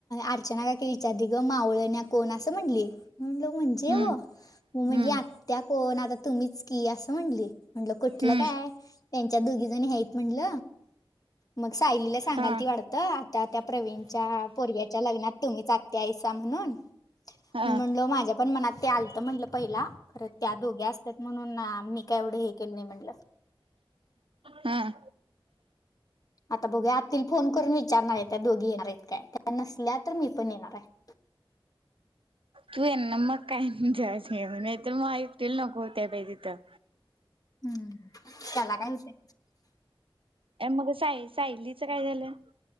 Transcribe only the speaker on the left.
अर्चना काकी विचार ती ग मावळ न कोण असं म्हणली म्हण जेव
म म्हणली
आत्या कोण आता तुम्हीच की असं म्हटली. म्हंटलं कुठलं
काय त्यांच्या दोघी जण हत म्हंटल मग सायलीला सगाल
ती वाटत आता त्या प्रवीणच्या पोरग्याच्या लग्नात तुम्हीच आत्या आयसा म्हणून.
मी म्हणल माझ्या पण मनात ते आलत म्हटलं पहिला. खरं त्या दोघी असतात म्हणून मी काय एवढं हे केलं नाही म्हटलं.
आता बघुया आतील फोन करून विचारणार आहे त्या दोघी येणार आहेत काय त्या नसल्या तर मी पण येणार आहे.
हम्म, त्याला काय म्ह